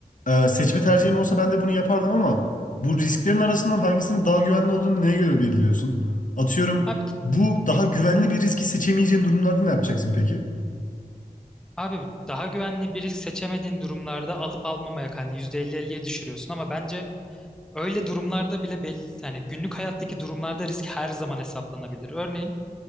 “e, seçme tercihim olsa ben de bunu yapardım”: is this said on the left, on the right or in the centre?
Left